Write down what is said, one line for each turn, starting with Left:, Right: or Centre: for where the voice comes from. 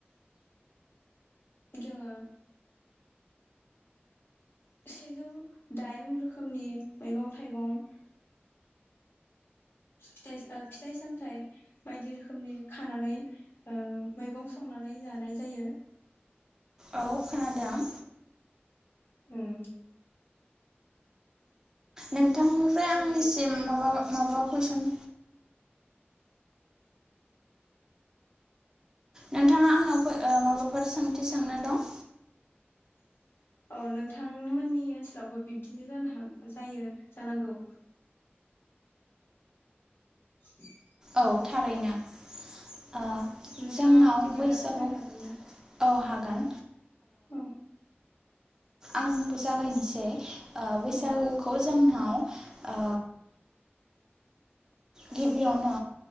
Left: जोङो सेजौ दाइन रोखोमनि मैगं थाइगं फिथ फिथाइ सामथायाइ बायदि रोखोमनि खानानै ओ मैगं संनानै जानाय जायो
Right: औ खोनादों
Left: उम
Right: नोंथांनिफ्राय आंनिसिम
Left: जेरै फिथाइ
Right: माबा माबा कुइसन नोंथाङा आंनाव माबाफोर सोंथि सोंनो दं
Left: औ नोंथांमोननि ओनसोलावबो बिब्दिनो जानो हाग जायो जानांगौ <inaudible>
Right: औ थारैनो ओ
Left: नोंथाङा
Right: जोंनाव
Left: बिदिब्ला
Right: बैसागु
Left: फोरमायनो हागोन ना?
Right: औ हागोन
Left: औ
Right: आंबो जागायनोसै ओ बैसागुखौ
Left: औ
Right: जोंनाव ओ गिबियावनो